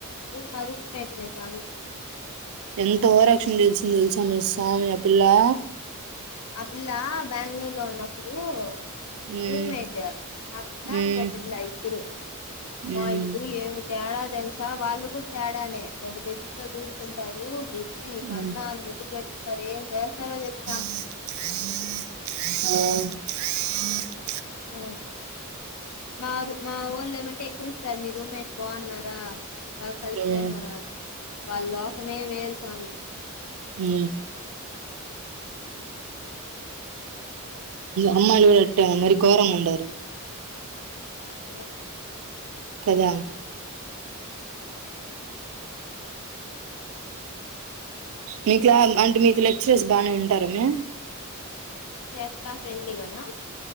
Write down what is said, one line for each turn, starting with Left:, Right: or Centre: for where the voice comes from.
Left: ఇ మారూమేట్ మే సామి
Right: ఎంత ఓవరాక్షన్ జేసింది తెలుసా మే స్సామి ఆ పిల్లా
Left: ఆ పిల్లా బ్యాంగ్ళూరు లో ఉన్నప్పుడూ
Right: మ్మ్
Left: రూమ్మేట్ ఆపిల్ల
Right: మ్మ్
Left: ఇంగో పిల్ల ఇద్దరూ,
Right: మ్మ్
Left: మా ఇద్దరూ ఏమ్ తేడా తెలుసా వాళ్ళు కూడా తేడానే. ఒక బిసిట్తో దూరుకుంటారు బుద్ధి కన్నాని
Right: మ్మ్
Left: ముద్దు పెట్టుకుంటారు ఏం చేస్తారో తెలియదు.
Right: ఆ ఆ <unintelligible>
Left: హ మా మా ఓన్ లో ఏమంటే ఎక్రిస్తారు మీ రూమ్మేట్స్ బాగున్నారా. ఆ బాగా కలిసిపోయారా
Right: మ్మ్
Left: వాళ్ళ లోకమే వేరు స్వామి.
Right: ఆ అమ్మలు అట్ట మరి గోరంగా వుండరు
Left: అన్న
Right: కదా మీకులా అంటే మీకు లెక్చరర్స్ బానే ఉంటార మే.
Left: సేఫలా ఫ్రెండ్లీగనా.